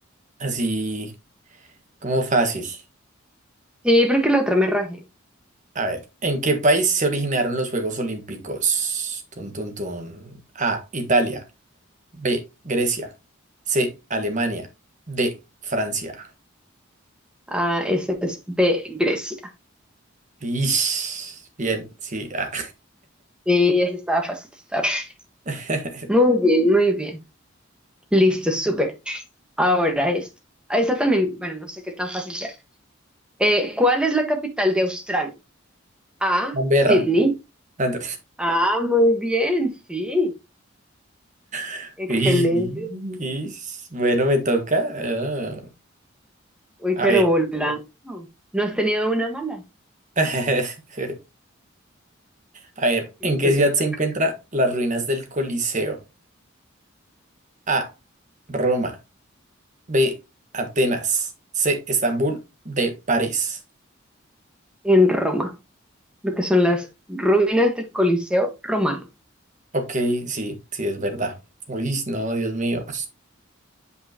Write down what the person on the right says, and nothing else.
así como fácil.
A ver, ¿en qué país se originaron los Juegos Olímpicos? Tun, tun, tun. A, Italia. B, Grecia. C, Alemania. D, Francia.
Ish, bien, sí. ah.
<laughs>
Canberra.
Ah, ent-
<laughs>
Ish, ish. Bueno, me toca. Ah,
a
ver.
<laughs> A ver,
¿en qué ciudad
se encuentran las ruinas del Coliseo? A, Roma. B, Atenas. C, Estambul. D, París.
Ok, sí, sí, es verdad. Uy, no, Dios mío.